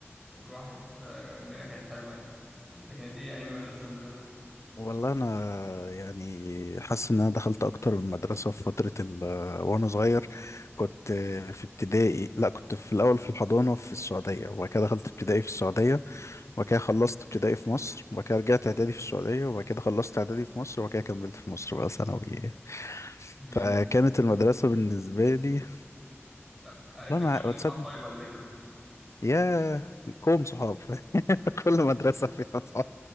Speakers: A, in the centre; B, on the left.
A: والواحد آه، الدنيا كانت حلوه يعني انت كانت ايه ايام المدرسه بالنسبه لك
B: والله انا يعني حاسس ان انا دخلت اكتر من مدرسه في فتره ال آه، وانا صغير كنت في ابتدائي لا كنت في الاول في الحضانه في السعوديه وبعد كده دخلت ابتدائي في السعوديه وبعد كده خلصت ابتدائي في مصر وبعد كده رجعت اعدادي في السعوديه وبعد كده خلصت اعدادي في مصر وبعد كده كملت في مصر بقى ثانوي
A: <laughs> مم.
B: فكانت المدرسه بالنسبه لي
A: طب عرفت
B: والله
A: تكون
B: ما
A: اصحاب
B: تصدق
A: طيب ولا ايه كده
B: يا كوم صحاب <laughs> كل مدرسه فيها صحاب